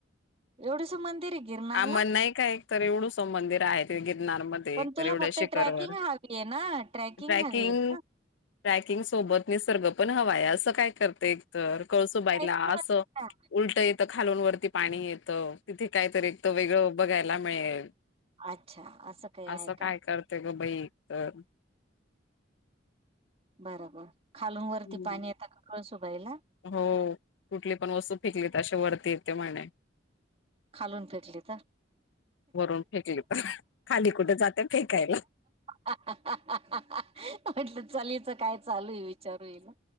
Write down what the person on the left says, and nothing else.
आमण नाही का एक तर एवढुसं मंदिर आहे ते गिरनार मध्ये
तर एवढेसे
शिखरवर
रॅकिंग
रॅकिंग सोबत निसर्ग पण हवा आहे असं काय करते. तर कळसोबाईला
असं उलटं येतं खालून वरती पाणी येतं. तिथे काहीतरी एक तर वेगळं बघायला मिळेल
असं
काय करत. ते गं बाई तर
हम्म.
हो कुठली पण वस्तू पिकली तशे वरती येते म्हणे.
भरून फेकली पण खाली कुठे जाते फेकायला